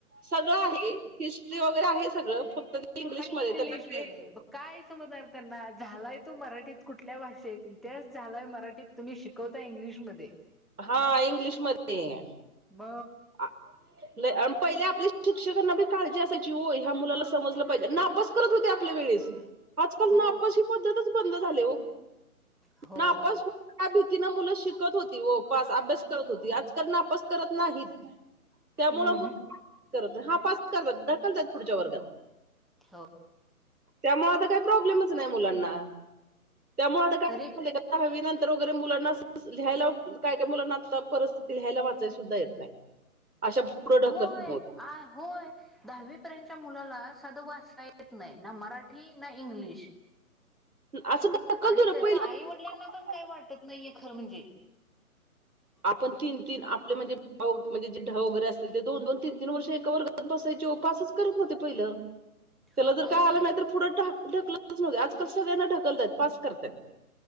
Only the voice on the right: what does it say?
सगळं आहे हिस्ट्री वगैरे आहे सगळं फक्त इंग्लिशमध्येध्ये
त्यांना काय
हा इंग्लिशमध्येध्ये
आणि पहिले आपल्या शिक्षकांना बी काळजी असायची हो ह्या मुलाला समजलं पाहिजे तपास करत होते आपल्या वेळेस आजकाल
नापस ही पद्धतच बंद झाली हो
नापास त्या भीतीन मुलं शिकत होती पास अभ्यास करत होती आजकालण अपस करत नाहीत त्यामुळ
मग करत हा पास करतात ढकलतात पुढच्या वर्गात
त्यामुळे आता काही प्रॉब्लेमच नाही मुलांना त्यामुळे आता काय
हवी नंतर वगैरे मुलांना लिहायला काय काय मुलांना आता परिस्थिती लिहायला वाचाय सुद्धा येत नाही. अशा पुढं
ढकल
असं ढकलतो
ना
पहिलं
आपण तीन तीन आपले म्हणजे भाऊ म्हणजे ढ वगैरे असतील ते दोन दोन तीन तीन वर्ष एका ववर सापच करत पहि त्याला
जर काय आलं नाही पुढंढक ढकलच नव्हत आजकाल सगळ्यांना ढकलतत पास करतायत